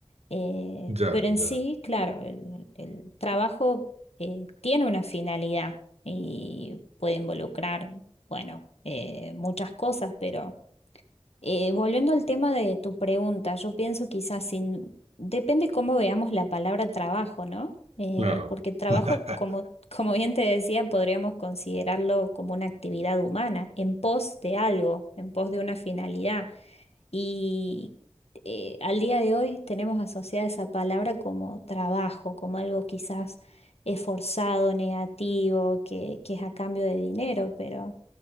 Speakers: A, on the left (about 75°); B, on the right (about 85°).
A: Eh,
B: ya,
A: pero en
B: ya,
A: sí, claro, el, el trabajo eh, tiene una finalidad y puede involucrar, bueno, eh, muchas cosas, pero... Eh, volviendo al tema de tu pregunta, yo pienso quizás sin... Depende cómo veamos la palabra trabajo, ¿no? Eh,
B: claro.
A: porque trabajo,
B: <laughs>
A: como, <laughs> como bien te decía, podríamos considerarlo como una actividad humana, en pos de algo, en pos de una finalidad. Y eh, al día de hoy tenemos asociada esa palabra como trabajo, como algo quizás esforzado, negativo, que, que es a cambio de dinero, pero